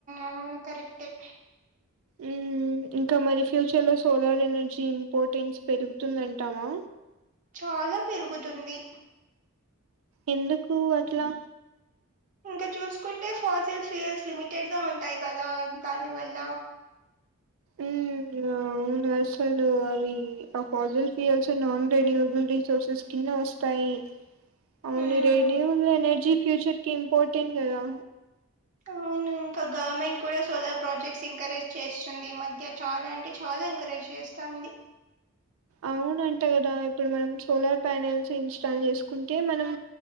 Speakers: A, on the right; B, on the right.
A: అవును కరెక్ట్ ఏ
B: ఉ ఇంకా మరి ఫ్యూచర్ లో సోలార్ ఎనర్జీ ఇంపార్టెన్స్ పెరుగుతుందంటామా
A: చాలా పెరుగుతుంది
B: ఎందుకు అట్లా
A: ఇంకా చూసుకుంటే ఫాన్సల్ సేల్స్ లిమిటెడ్ గా ఉంటాయి కదా దాని వల్ల
B: ఉమ్ అవున్ అసలు అవి ఆ fossil fuels non renewable resources కింద వస్తాయి అవును
A: మ్మ్
B: రేన్యూల్ ఎనర్జీ ఫ్యూచర్ కి ఇంపార్టెంట్ కదా
A: అవును ఇంకా గవర్నమెంట్ కూడా సోలార్ ప్రాజెక్ట్స్ ఎంకరేజ్ చేస్తుంది మధ్య చాలా అంటే చా ఎంకరేజ్ చేస్తాంది
B: అవు నంట కదా ఇప్పుడు మనం సోలార్ ప్యానల్స్ ఇన్స్టాల్ చేసుకుంటే మనం